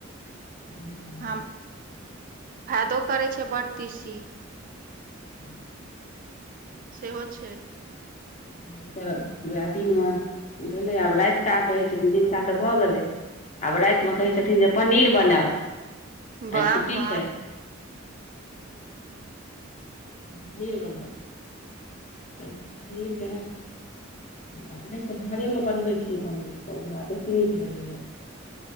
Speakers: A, on the left; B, on the right.
A: नहि भेलै
B: हम फायदो करै छै बड तीसी
A: ब ह
B: सेहो छै
A: <inaudible> तऽ उएह दिनमे भेलै आब रातिका कहै छथिन दिनका तऽ भऽ गेलै आब रातिमे कहै छथिन जे पनीर बनाउ
B: बाह
A: आइ छुट्टी
B: बाह
A: छै पनीर बन तऽ लीलगैय अपनेसँ घरेमे बनबै छीयै पनीर तऽ ओ हमरा बेसी नीक लगैए